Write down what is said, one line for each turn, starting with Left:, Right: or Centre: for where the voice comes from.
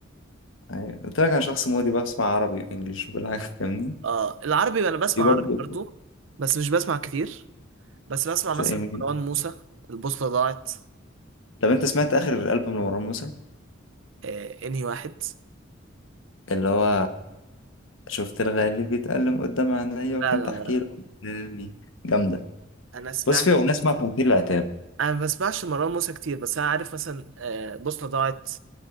Left: أيوة. قلت لك انا شخص مودي بسمع عربي وانجليش وكل حاجه <laughs> فاهمني
Right: آه العربي أنا بسمع
Left: دي برضه
Right: عربي برضو بس مش بسمع كتير بس بسمع مثلا
Left: زي مين
Right: مروان موسى البوصلة ضاعت
Left: طب انت سمعت اخر البوم لمروان موسى
Right: آه إنهي واحد
Left: اللي هو شفت الغالي بيتألم قدام عينيا
Right: لا
Left: وكنت
Right: لا
Left: احكي
Right: لا
Left: له قدامي جامده
Right: أنا سمعت
Left: بص في اغنيه اسمها فواتير العتاب
Right: أنا ما بسمعش مروان موسى كتير بس أنا عارف مثلا آه بوصلة ضاعت